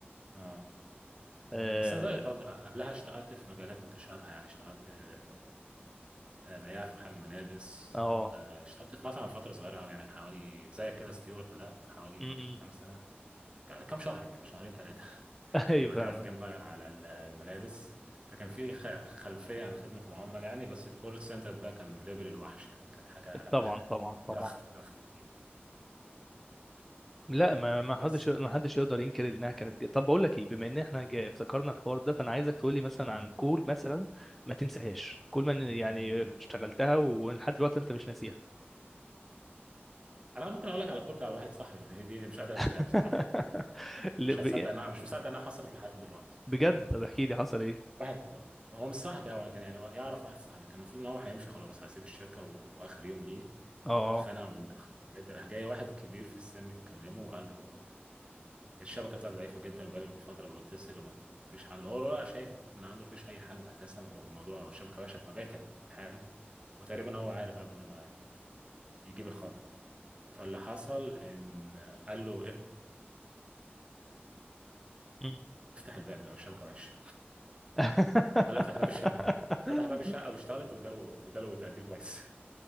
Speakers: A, on the right (about 25°); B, in the centre.
A: اه
B: اه
A: بس انا زيك برضو قبلها اشتغلت في مجالات متشابهة يعني اشتغلت آه، آه، بياع في محل ملابس
B: اه
A: آه، اشتغلت في مطعم فترة صغيرة قوي يعني حوالي زيك كده ستيوارت بدأت حوالي
B: م- م.
A: كام سنة كام شهر يعني شهرين ثلاثة
B: <laughs> ايوه
A: وبعد
B: فعلا
A: كده رحت جاي مغير على ال- الملابس فكان في خ- خلفية عن خدمة العملاء يعني بس الكول سنتر ده كان ليفل الوحش يعني كانت حاجة
B: طبعا طبعا
A: <laughs>
B: طبعا
A: ضغط ضغط كبير
B: لا ما ما
A: بس
B: حدش ما حدش يقدر ينكر انها كانت جاية. طب بقول لك ايه بما ان احنا جاي افتكرنا الحوار ده فانا عايزك تقول لي مثلا عن كول مثلا ما تنساهاش كول ما إن- يعني اشتغلتها ولحد دلوقتي انت مش ناسيها
A: انا ممكن اقول لك على كول بتاع واحد صاحبي دي, دي, دي مش قادر
B: <laughs>
A: انساها بصراحه يعني
B: ل-
A: مش هتصدق
B: ب-
A: انها مش مصدق انها حصلت لحد دلوقتي
B: بجد
A: تمام
B: طب احكي لي حصل ايه
A: واحد هو مش صاحبي اولا كان يعني هو يعرف واحد صاحبي كان المفروض ان هو هيمشي خلاص هيسيب الشركه واخر يوم ليه
B: اه آه.
A: فاتخانق من الضغط والحاجات دي راح جاي واحد كبير في السن كلمه وقال له الشبكه بتاعته ضعيفه جدا بقاله من فتره بتصل وما فيش حل هو ولا شايف ان عنده فيش اي حل اساسا وموضوع الشبكه وحشه بطبيعه الحال وتقريبا هو عارف قبل ما يجيب الخط فاللي حصل ان قال له
B: مم.
A: افتح الباب لو الشبكه وحشه
B: <laughs>
A: قال له افتح باب الشقه فتح باب الشقه واشتغلت واداله واداله تقدير كويس